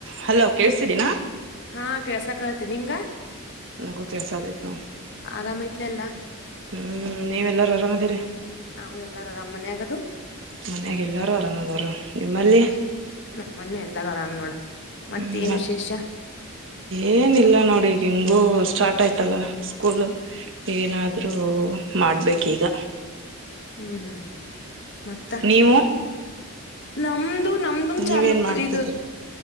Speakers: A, on the right; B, on the left.
A: <inaudible> Hello ಕೇಳಸತಿದ್ದೀನ
B: ಹಾ ಕೆಳ್ಸಕ್ತ ನಿಂಗ
A: ನಗು ಕೆಲಸ ಆದೈತ ನ
B: ಆರಾಮೈತ್ಲ ಎಲ್ಲ <inaudible>
A: ಹ್ಮ್ ನೀವೆಲ್ಲಾರು ಆರಾಮದಿರಿ
B: ನಾವು ಎಲ್ಲಾರ ಅರಾಮನೆ ಆಗ
A: ಮನ್ಯಾಗ ಎಲ್ಲಾರು ಆರಾಮದಾರರು ನಿಮ್ಮಲ್ಲಿ
B: ನಮ್ಮನ್ನು ಎಲ್ಲಾರು ಆರಾಮ್ ನೋಡ ಮತ್ತೇನ್
A: ಹ್ಮ್ ಮತ್ತೆ
B: ವಿಶೇಷ
A: ಏನ್ ಇಲ್ಲ ನೋಡಿ ಈಗ ಹಿಂಗು ಸ್ಟಾರ್ಟ್ ಆಯ್ತಲ್ಲ ಸ್ಕೂಲ್ ಏನಾದ್ರೂ ಮಾಡ್ಬೇಕ ಈಗ
B: ಹ್ಮ್ ಹ್ಮ್ ಮತ್ತ
A: ನೀವು
B: ನಮ್ದು ನಮ್ದನ್
A: ನೀವೇನ್
B: ಚಾಲಕ್
A: ಮಾಡ್ತಿದ್ದೀರಾ
B: ಈಗ